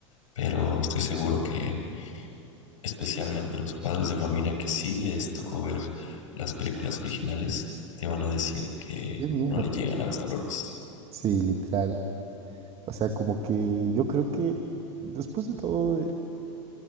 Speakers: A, on the left (about 80°); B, on the right (about 40°).
A: pero estoy seguro que especialmente los padres de familia que sí les tocó ver las películas originales, te van a decir que
B: ¡Qué mierda!
A: no le llegan a los talones.
B: Sí, literal. O sea, como que yo creo que después de todo.